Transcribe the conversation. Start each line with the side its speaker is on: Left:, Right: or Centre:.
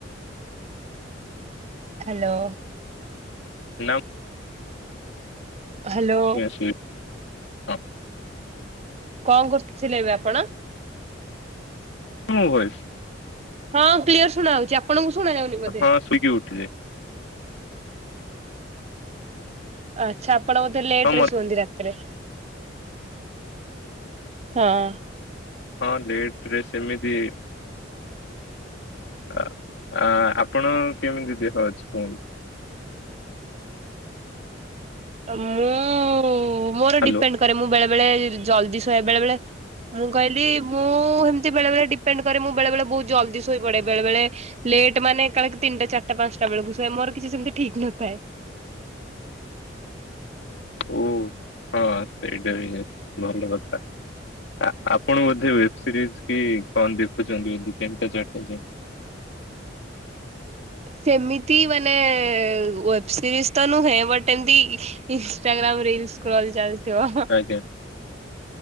Right: ହାଲୋ।
Left: ହାଲୋ।
Right: ହାଲୋ।
Left: ମୁଁ ଶୋଇ ହଁ
Right: କଣ କରୁଥିଲେ ଏବେ ଆପଣ?
Left: ମୁଁ କହିବି <unintelligible>
Right: ହଁ କ୍ଲିୟର ଶୁଣା ହୋଉଚି। ଆପଣଙ୍କୁ ଶୁଣା ଯାଉନି ବୋଧେ?
Left: ହଁ ଶୋଇକି ଉଠିବେ।
Right: ଆଚ୍ଛା ଆପଣ ବୋଧେ ଲେଟରେ
Left: ହଁ ମ
Right: ଶୁଅନ୍ତି ରାତିରେ। ତିରେ ହଁ।
Left: ହଁ ଲେଟ ରେ ସେମିତି ଅ ଆ ଆପଣ କେମିତି ଦେହ ଅଛି କୁହନ୍ତୁ?
Right: ମୁଁ ମୋର
Left: ହାଲୋ
Right: ଡିପେଣ୍ଡ କରେ ମୁଁ ବେଳେ ବେଳେ ଜଲଦି ଶୁଏ ବେଳେ ବେଳେ। ମୁଁ କହିଲି ମୁଁ ସେମିତି ବେଳେ ବଳେ ଡିପେଣ୍ଡ କରେ ମୁଁ ବେଳେ ବେଳେ ବହୁତ ଜଲ୍ଦି ଶୋଇ ପଡେ। ବେଳେ ବଳେ ଲେଟ ମାନ କାଳେ ତିନିଟା ଚାରିଟ ପାଞ୍ଚଟା ବେଳକୁୁ ଶୁଏ ମୋର କିଛି ସେମିତି ଠିକ୍ ନଥାଏ।
Left: ଓ ହଁ ସେଇଟା ବି ଭଲ କଥା। ଆପଣ ବୋଧେ ୱେବ ସିରିଜ କି କଣ ଦେଖୁଛନ୍ତି। ବୋଧେ ତିନିଟା ଚାରିଟା ଯାଏଁ।
Right: ସେମିତି ମାନେ ୱେବ ସିରିଜ ତ ନୁହେଁ ବଟ୍ ଏମ୍ ତି ଇଷ୍ଟା ଗ୍ରାମ ରିଲ୍ସ କ୍ର ଚାଲିଥିବ।
Left: ଆଜ୍ଞା